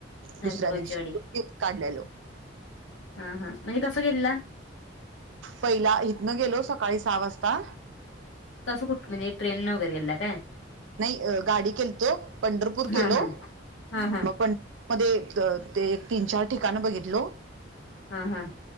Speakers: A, on the left; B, on the right.
A: नरसोबाची
B: दुसऱ्या दिवशी,
A: वाडी
B: <unintelligible> काढलेलो.
A: हा हा म्हणजे कसं गेलेला?
B: पहिला इथनं गेलो सकाळी सहा वाजता.
A: तसं कुठ म्हणजे ट्रेन वैगेरे गेलेला काय?
B: नाही गाडी केलतो, पंढरपूर
A: हा
B: केलो,
A: हा हा हा
B: म पं मध्ये त ते एक तीन चार ठिकाण बघितलो..
A: हा हा.